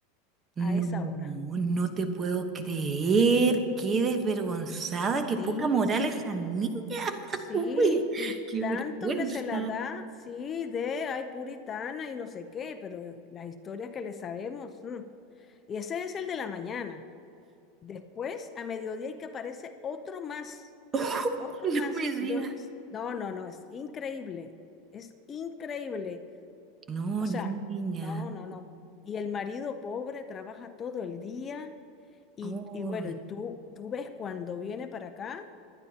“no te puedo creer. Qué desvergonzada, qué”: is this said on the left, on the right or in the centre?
Right